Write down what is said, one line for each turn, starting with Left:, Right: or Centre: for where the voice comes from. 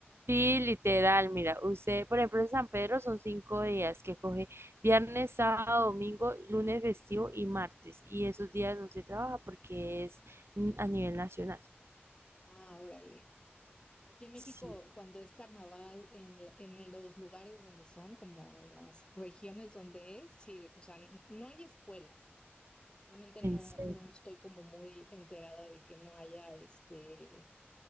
Right: Sí, literal, mira, usted, por ejemplo, en San Pedro son cinco días que coge viernes, sábado, domingo, lunes festivo y martes. Y esos días no se trabaja porque es mm, a nivel nacional.
Left: Ah, órale. Aquí en México,
Right: Sí,
Left: cuando es carnaval, en, la- en los lugares donde son, como en las regiones donde es, sí, o sea, n- no hay escuelas. Realmente no,
Right: en serio.
Left: no estoy como muy enterada de que no haya este